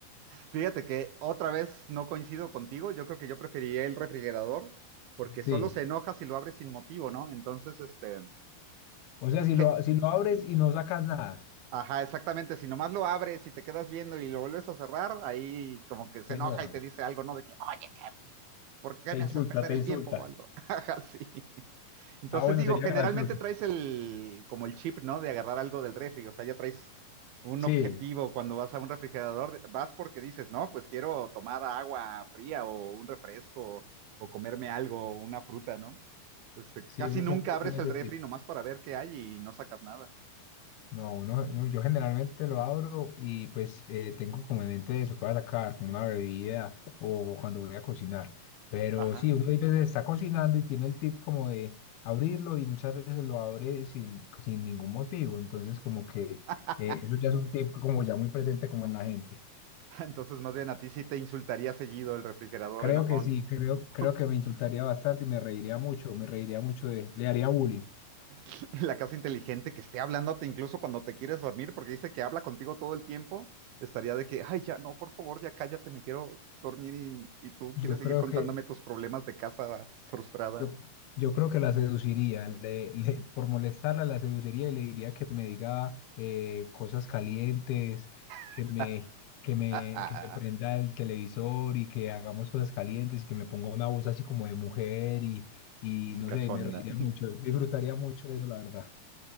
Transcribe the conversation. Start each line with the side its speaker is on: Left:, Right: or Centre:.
Right: Fíjate que otra vez no coincido contigo. Yo creo que yo preferiría el refrigerador porque solo
Left: Sí.
Right: se enoja si lo abres sin motivo, ¿no? Entonces, este,
Left: O sea, si lo,
Right: je-
Left: si lo abres y no sacas nada,
Right: ajá, exactamente. Si nomás lo abres y te quedas viendo y lo vuelves a cerrar, ahí como que se
Left: se
Right: enoja
Left: enoja,
Right: y te dice algo, ¿no? De que, oye, ¿Por qué
Left: te
Right: me
Left: insulta,
Right: haces perder
Left: te
Right: el
Left: insulta.
Right: tiempo o algo? <laughs> Ajá, sí. Entonces
Left: Ah, bueno,
Right: digo,
Left: sería
Right: generalmente
Left: gracioso.
Right: traes el, como el chip, ¿no? De agarrar algo del refri, o sea, ya traes un
Left: Sí,
Right: objetivo cuando vas a un refrigerador, vas porque dices, no, pues quiero tomar agua fría o un refresco o comerme algo, una fruta, ¿no? Este,
Left: sí,
Right: casi
Left: uno
Right: nunca
Left: siempre
Right: abres
Left: tiene
Right: el
Left: ese
Right: refri
Left: tipo.
Right: nomás para ver qué hay y no sacas nada.
Left: No, uno, no, yo generalmente lo abro y pues eh, tengo como en mente eso que voy a sacar, como una bebida o cuando voy a cocinar. Pero
Right: Ajá.
Left: sí, uno a veces está cocinando y tiene el tip como de abrirlo y muchas veces lo abre sin, sin ningún motivo. Entonces como que
Right: <laughs>
Left: eh, eso ya es un tip como ya muy presente como en la gente.
Right: Entonces, más bien a ti sí te insultaría seguido el refrigerador
Left: Creo
Right: enojón
Left: que sí, creo,
Right: <laughs>
Left: creo que me insultaría bastante y me reiría mucho, me reiría mucho de, le haría bullying.
Right: <laughs> la casa inteligente que esté hablándote incluso cuando te quieres dormir, porque dice que habla contigo todo el tiempo, estaría de que, ay, ya no, por favor, ya cállate, me quiero dormir y, y tú
Left: Yo
Right: quieres seguir
Left: creo
Right: contándome
Left: que,
Right: tus problemas de casa frustrada.
Left: Yo, yo creo que la seduciría, le- le- por molestarla la seduciría y le diría que me diga eh, cosas calientes,
Right: <laughs>
Left: que me, que me,
Right: Así
Left: que me prenda el televisor y que hagamos cosas calientes y que me ponga una voz así como de mujer y, y no
Right: cachonda.
Left: sé, me reiría mucho, disfrutaría mucho de eso, la verdad.